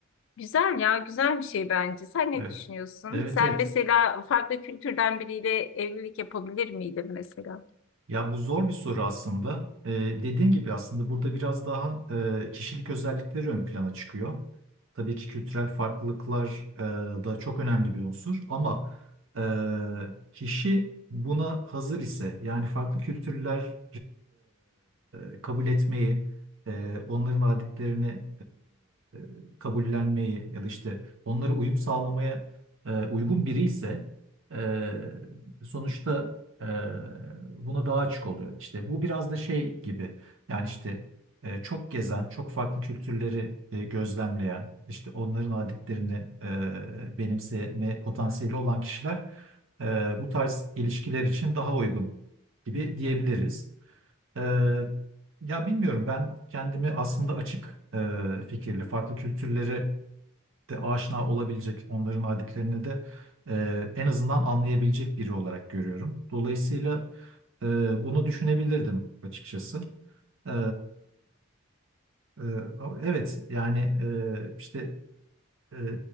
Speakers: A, on the left (about 60°); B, on the right (about 65°).
A: güzel ya güzel bir şey bence. Sen ne
B: Evet.
A: düşünüyorsun?
B: Evet
A: Sen
B: evet.
A: mesela farklı kültürden biriyle evlilik yapabilir miydin mesela? Hı
B: Ya bu zor bir soru aslında. Ee, dediğin gibi aslında burada biraz daha e, kişilik özellikleri ön plana çıkıyor. Tabii ki kültürel farklılıklar e, da çok önemli bir unsur ama e, kişi buna hazır ise yani farklı kültürleri e, kabul etmeyi, e, onların adetlerini e, kabullenmeyi ya da işte onlara uyum sağlamaya e, uygun biri ise e, sonuçta Ee, buna daha açık oluyor. İşte bu biraz da şey gibi yani işte e, çok gezen, çok farklı kültürleri e, gözlemleyen, işte onların adetlerini e, benimseme potansiyeli olan kişiler e, bu tarz ilişkiler için daha uygun gibi diyebiliriz. E, ya bilmiyorum ben kendimi aslında açık e, fikirli, farklı kültürleri de aşina olabilecek, onların adetlerini de e, en azından anlayabilecek biri olarak görüyorum. Dolayısıyla e, bunu düşünebilirdim açıkçası. E, e, evet yani e, işte ee,